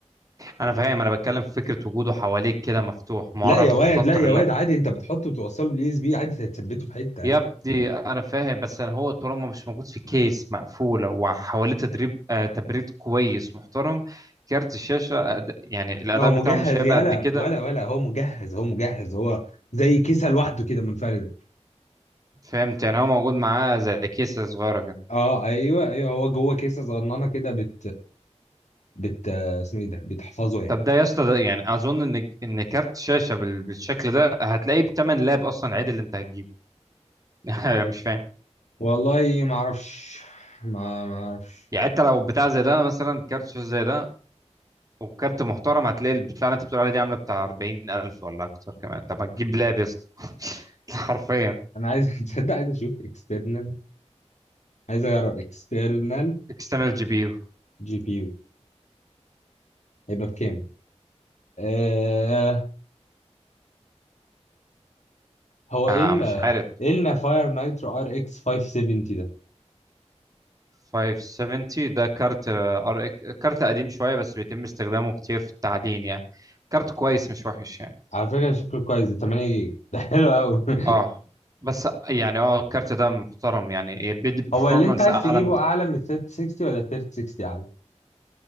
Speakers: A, on the right (about 30°); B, on the left (about 80°).
A: انا فاهم انا بتكلم في فكرة وجوده حواليك كده مفتوح معرض
B: لا يا واد
A: للخطر
B: لا يا واد عادي انت بتحطه وتوصله باليو اس بي عادي هتثبته في حته عادي
A: يبدي انا فاهم بس انا هو طالما مش موجود في كيس مقفوله وحواليه تدريب آه تبريد كويس محترم كارت الشاشه أد... يعني الاداء
B: ما هو مجهز
A: بتاعه مش هيبقى
B: يالا
A: قد كده
B: ولا ولا هو مجهز هو مجهز هو زي كيسه لوحده كده منفرده
A: فهمت يعني هو موجود معاه زي كيسه صغيره كده
B: اه ايوه ايوه هو جوه كيسه صغننه كده بت بت اسمه ايه ده بتحفظه يعني
A: طب ده يا اسطى ده يعني اظن ان ان كارت شاشه بال... بالشكل ده هتلاقيه بتمن لاب اصلا عادي اللي انت هتجيبه <laughs> مش فاهم
B: والله ما اعرفش ما ما اعرفش
A: يعني انت لو بتاع زي ده مثلا كارت شاشه زي ده وكارت محترم هتلاقي البتاع اللي انت بتقول عليه دي عامله بتاع 40000 ولا اكتر كمان طب ما تجيب لاب يا اسطى <laughs> حرفيا
B: انا عايز <laughs> تصدق عايز اشوف اكسترنال عايز اجرب اكسترنال
A: اكسترنال جي بي يو
B: جي بي يو هيبقى بكام آه... هو ايه
A: آه
B: ال
A: مش عارف
B: ايه النا فاير نايترو ار اكس 570 ده
A: 570 ده كارت آه، ار إك- كارت قديم شويه بس بيتم استخدامه كتير في التعدين يعني كارت كويس مش وحش يعني
B: على فكره شكله كويس ده 8 جيجا <laughs> ده حلو قوي <laughs>
A: اه بس يعني اه الكارت ده محترم يعني بيدي برفورمانس
B: هو اللي انت عايز
A: اعلى
B: تجيبه
A: من
B: اعلى من 3060 ولا 3060 اعلى